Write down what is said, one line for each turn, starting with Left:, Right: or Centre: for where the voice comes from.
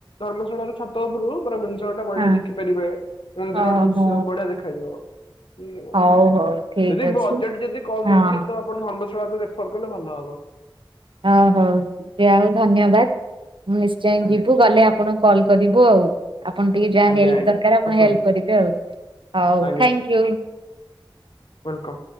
Left: ଧର୍ମଶାଳାର ଛାତ ଉପୁରୁ ପୁରା ବିନ୍ଦୁ ସାଗର ଟା ପୁରା
Right: ହଁ।
Left: ବଢିଆ ଦେଖିପାରିବେ। ମନ୍ଦିରର
Right: ଓହୋ
Left: ଦୃଶ୍ୟ ବଢିଆ ଦେଖାଯିବ। ଉଁ
Right: ହଉ ହଉ ଠିକ
Left: ଯଦି
Right: ଅଛି
Left: ବଜେଟ୍ ଯଦି କମ
Right: ହଁ।
Left: ଅଛି ତ ଆପଣ ଧର୍ମଶାଳା ତ ରେଫର୍ କଲେ ଭଲ ହବ।
Right: ଓଃ ହଉ ଯା ହଉ ଧନ୍ୟବାଦ। ମୁଁ ନିଶ୍ଚୟ
Left: ଆଜ୍ଞା
Right: ଯିବୁ ଗଲେ ଆପଣଙ୍କୁ କଲ୍ କରିବୁ ଆଉ। ଆପଣ ଟିକେ ଯା
Left: ଆଜ୍ଞା
Right: ହେଲ୍ପ
Left: ଆଜ୍ଞା
Right: ଦରକାର ଆପଣ
Left: ଆସନ୍ତୁ
Right: ହେଲ୍ପ କରିବେ ଆଉ। ହଉ
Left: ଆଜ୍ଞା
Right: ଥ୍ୟାଙ୍କୟୁ।
Left: ୱେଲକମ୍।